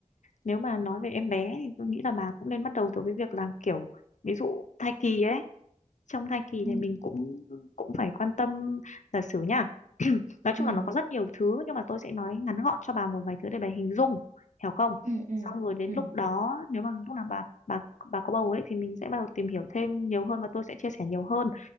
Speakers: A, on the left; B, on the right.
A: nếu mà nói về em bé thì tôi nghĩ là bà cũng nên bắt đầu từ cái việc là kiểu ví dụ thai kỳ ấy trong thai kỳ
B: Ừ,
A: thì mình cũng cũng phải quan tâm là xử nhá <clears throat> nói
B: ừ,
A: chung là nó có rất nhiều thứ nhưng mà tôi sẽ nói ngắn gọn cho bà một vài thứ để bà hình dung hiểu không
B: ừ, ừ,
A: xong rồi đến
B: ừ,
A: lúc đó nếu mà lúc nào bà bà bà có bầu ấy thì mình sẽ bắt đầu tìm hiểu thêm nhiều hơn và tôi sẽ chia sẻ nhiều hơn